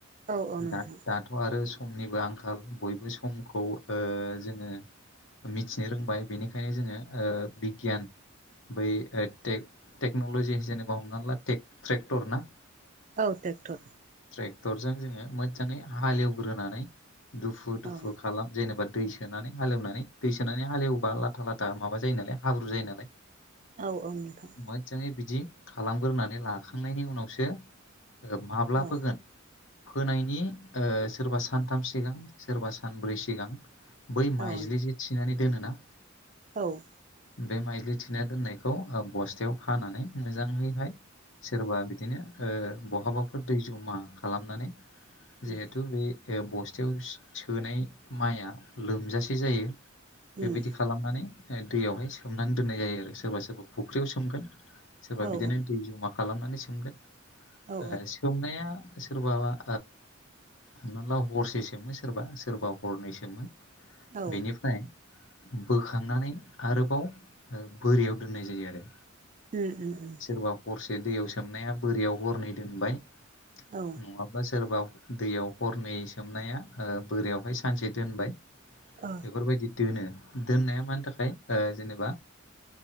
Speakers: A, on the right; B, on the left.
A: औ औ नोंथां
B: दा दाथ' आरो समनिबो आंखाल बयबो समखौ ओ जोङो मिथिनो रोंबाय बेनिखायनो जोङो ओ बिगियान बै टेक्न'लजि जेनेबा हमनानै ला ट्रेक्टर ना
A: औ ट्रेक्टर
B: ट्रेक्टरजों जोङो मोजाङै हालेवग्रोनानै दुफु दुफु
A: औ
B: खालाम जेनेबा दै सोनानै हालेवनानै दै सोनानै हालेवबा लाथा लाथा माबा जायो नालाय हाब्रु जायो नालाय
A: औ औ नोंथां
B: मोज्जाङै बिदि खालामगोरोनानै लाखांनायनि उनावसो माब्ला
A: औ
B: फोगोन फोनायनि ओ सोरबा सानथाम सिगां सोरबा सानब्रै सिगां बै माइज्लि
A: औ
B: जे थिनानै दोनोना
A: औ
B: बे माइज्लि थिना दोननायखौ बस्थायाव खानानै मोजाङैहाय सोरबा बिदिनो ओ बहाबाफोर दै जमा खालामनानै
A: उम
B: जिहेथु बे बस्थायाव सोनाय माइआ लोमजासे जायो
A: उम
B: बेबायदि खालामनानै दैयावहाय सोमनानै दोननाय जायो आरो सोरबा सोरबा फुख्रियाव सोमगोन सोरबा
A: औ
B: बिदिनो दै जमा खालामनानै सोमगोन
A: औ
B: सोमनाया सोरबाबा हमना ला हरसे सोमो सोरबा सोरबा हरनै सोमो
A: औ
B: बेनि फ्राय बोखांनानै आरोबाव बोरियाव दोननाय जायो आरो
A: उम उम उम
B: सोरबा हरसे दैयाव सोमनाया बोरियाव हरनै दोनबाय
A: औ
B: नङाब्ला सोरबा दैयाव हरनै सोमनाया ओ बोरियावहाय सानसे दोनबाय
A: ओ
B: बेफोरबायदि दोनो दोननाया मानि थाखाय ओ जेनेबा